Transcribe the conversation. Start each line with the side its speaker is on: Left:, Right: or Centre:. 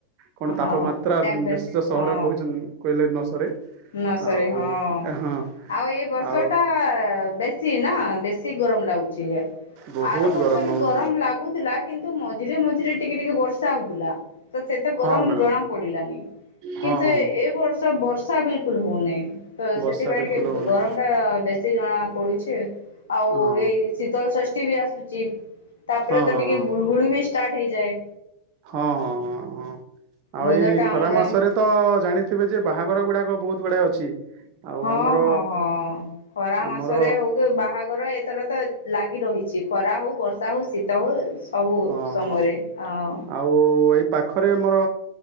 Right: କଣ ତାପମାତ୍ରା
Left: ହଁ ଟେମ୍ପେ
Right: ଉଁ ବେଶୀ ସହର
Left: ହଁ
Right: କହୁଛନ୍ କହିଲେ ନ ସରେ।
Left: ନ ସରେ
Right: ଆଉ
Left: ହଁ
Right: ହଁ
Left: ଆଉ ଏଇ ବର୍ଷଟା
Right: ଆଉ
Left: ବେ ଶୀ ନା ବେଶୀ ଗରମ ଲାଗୁଛି ଏ
Right: ବହୁତ
Left: ଆର ବର୍ଷ ବି
Right: ବହୁତ
Left: ଗରମ ଲାଗୁଥିଲା। କିନ୍ତୁ ମଝିରେ ମଝିରେ ଟିକେ ଟିକେ ବର୍ଷା ହଉଥିଲା ତ ସେତେ
Right: ହଁ
Left: ଗରମ
Right: ମ୍ୟାଡ଼ାମ
Left: ଜଣା ପଡିଲାନି
Right: ହଁ
Left: କିନ୍ତୁ
Right: ହଁ
Left: ଏ ଏ ବର୍ଷ ବ ଶା ବିଲକୁଲ ହଉନି ତ
Right: ବର୍ଷା
Left: ସେଥିପାଇଁ
Right: ବିଲକୁଲ
Left: ଟିକେ ଗ-ଗରମ
Right: ହଉନି
Left: ଟା ବେଶୀ ଜଣା ପଡୁଛି। ଆଉ
Right: ହଁ
Left: ଏଇ ଶୀତଳ ଷଷ୍ଠୀ ବି ଆସୁଛି ତାପରେ
Right: ହଁ
Left: ତ
Right: ହଁ
Left: ଟିକେ
Right: ହଁ
Left: ଗୁଳୁ ଗୁଳି ବି ଷ୍ଟାର୍ଟ ହେଇଯାଏ।
Right: ହଁ ହଁ ହଁ ହଁ ଆଉ
Left: ୱେଦର
Right: ଏଇ
Left: ଟା
Right: ଖରା
Left: ଆମର
Right: ମାସରେ।
Left: ଏମତି
Right: ତ ଜାଣିଥିବେ ଯେ ବାହାଘର ଗୁଡାକ ବହୁତ ଗୁଡାଏ ଅଛି। ଆଉ
Left: ହଁ
Right: ଆମର
Left: ହଁ ହଁ ଖରା
Right: ଆମର
Left: ମାସରେ ହଉ କି ବାହାଘର ଏ ଥର ତ ଲାଗି ରହିଛି ଖରା ହଉ ବର୍ଷା ହଉ ଶୀତ ହଉ ସବୁ
Right: ହଁ
Left: ସମୟରେ ଆଉ।
Right: ଆଉ ଏଇ ପାଖରେ ମୋର